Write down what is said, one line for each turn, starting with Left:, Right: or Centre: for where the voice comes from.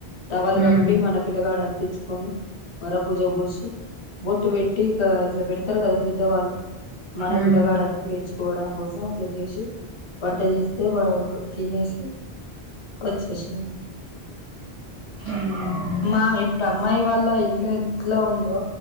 Left: టవల్ కప్పి
Right: ఉమ్
Left: మన పిల్లగాడు అనిపించుకొని వరా పూజా పోసి బోట్ బెట్టి ఇట్లా బ తరు గదా పెద్దవాళ్ళు మన
Right: ఉమ్
Left: పిల్లగాడని పేర్చుకోవడం కోసం అట్లా చేసి వంట చేస్తే వా తినేసి వచ్చేసి
Right: ఉమ్
Left: మా ఇప్పుడు అమ్మాయి వాల్లా ఇల్లు ఎట్లా ఉందో